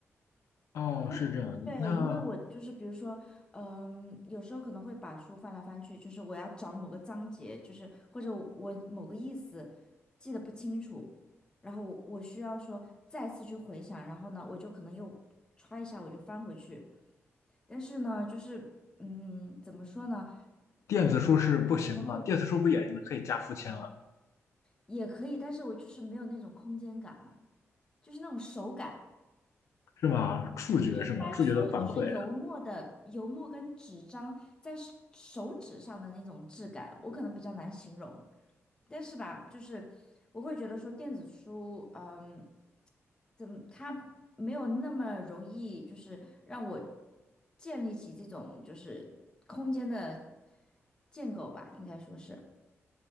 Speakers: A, on the left; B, on the left.
A: 哦，
B: 因为对，
A: 是这样的，那
B: 因为我就是比如说，嗯、有时候可能会把书翻来翻去，就是我要找某个章节，就是或者我某个意思记得不清楚，然后我我需要说再次去回想，然后呢，我就可能又歘一下我就翻回去，但是呢，就是嗯，怎么说呢？
A: 电子书是不行的吗？
B: 觉得会
A: 电子书不也可以加书签了，
B: 也可以，但是我就是没有那种空间感嘛，就是那种手感。
A: 是吗？触觉是吗？
B: 就是翻书，
A: 触觉的反馈。
B: 就是油墨的油墨跟纸张在手手指上的那种质感，我可能比较难形容。但是吧，就是我会觉得说电子书，嗯，怎么它没有那么容易，就是让我建立起这种就是空间的建构吧，应该说是。